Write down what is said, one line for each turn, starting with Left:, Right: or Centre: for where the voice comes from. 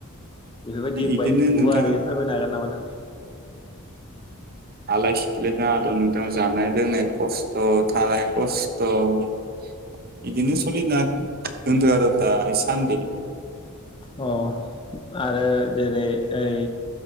Left: बेफोरबायदि
Right: इदिनो
Left: बाय
Right: नोंथां
Left: गुवारै फोरमायनो हागोन नामा नोंथां?
Right: आलाय सिलाय जाना दों नोंथां जानाय लोंनाय खस्थ' थानाय खस्थ' बिदिनो सोलिना दथ'यो र' दासान्दि
Left: अ आरो जेरै ओइ